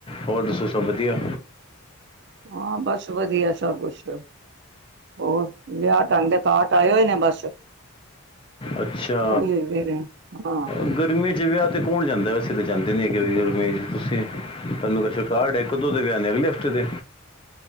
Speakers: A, on the left; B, on the right.
A: ਹੋਰ ਦੱਸੋ ਸਭ ਵਧੀਆ।
B: ਹਾਂ ਬਸ, ਵਧੀਆ ਸਭ ਕੁਛ। ਹੋ ਵਿਆਹ ਢੰਗ ਦੇ ਕਾਟ ਆਏ ਹੋਏ ਨੇ ਬਸ।
A: ਅੱਛਾ,
B: ਉਹੀ ਵੇਖ ਰਹੇ ਹਾਂ
A: ਗ ਗਰਮੀਆਂ ਚ ਵਿਆਹ ਤੇ ਕੌਣ ਜਾਂਦਾ, ਅਸੀਂ ਤੇ ਜਾਂਦੇ ਨੀ ਗਰਮੀਆਂ ਚ ਤੁਸੀਂ, ਤੁਹਾਨੂੰ ਤੇ ਕਾਰਡ ਇੱਕ ਦੋ ਦੇ ਵਿਆਹ ਨੇ, ਅਗਲੇ ਹਫ਼ਤੇ ਦੇ।